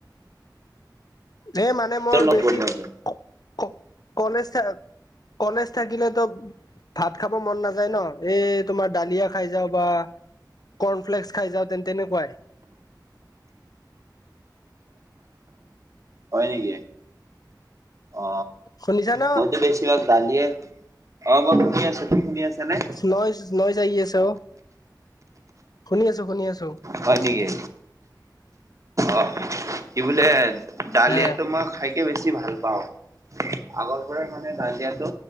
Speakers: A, on the left; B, on the right.
A: এ মানে
B: কিহৰ
A: মোৰ
B: লগত
A: বেছি
B: বনোৱা তুমি?
A: কুঁ ক কলেজ থা কলেজ থাকিলেতো ভাত খাব মন নাযায় ন, এই তোমাৰ দালিয়া খাই যাও বা কৰ্ণফ্লেস খাই যাওঁ তেন্ত তেনেকুৱাই।
B: হয় নেকি? অ।
A: শুনিছা ন?
B: মইতো বেছিভাগ দালিয়ে, অ মই শুনি আছো তুমি শুনি আছা নে?
A: নৈচ নৈচ আহি আছে অ, শুনি আছো শুনি আছো।
B: হয় নেকি? অ কি বোলে দালিয়টো
A: হে
B: মই খাই কে বেছি ভাল পাওঁ, আগৰ পৰাই মানে দালিয়াটো